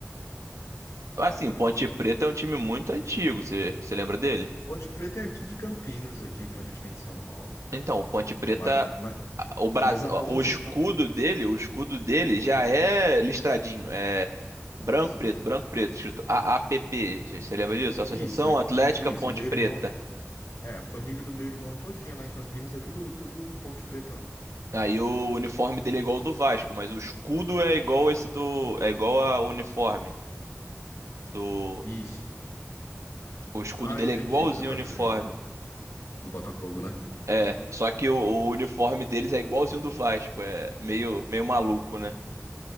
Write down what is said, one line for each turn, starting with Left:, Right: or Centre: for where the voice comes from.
Left: Cara,
Right: Assim, Ponte Preta é um time muito antigo. Você você lembra dele?
Left: Ponte Preta é aqui de Campinas, aqui pertinho de São Paulo.
Right: Então, o Ponte Preta.
Left: Mas, mas,
Right: a- O, Bras...
Left: mas a ponte,
Right: o escudo
Left: a-
Right: dele, o escudo dele já é listradinho. É branco,
Left: hum,
Right: preto, branco, preto, escrito A A P P. Você lembra disso? Associação
Left: isso é,
Right: Atlética
Left: isso.
Right: Ponte
Left: Meu irmão,
Right: Preta.
Left: é, a família do meu irmão todinha lá em Campinas é tudo, tudo Ponte Pretano.
Right: Aí o uniforme dele é igual ao do Vasco, mas o escudo é igual esse do. É igual ao uniforme. do.
Left: Isso.
Right: O escudo
Left: Ah,
Right: dele
Left: entendi
Right: é igualzinho
Left: o que você tá
Right: o uniforme.
Left: dizendo do Botafogo, né?
Right: É, só que o, o uniforme deles é igualzinho do Vasco. É meio, meio maluco, né?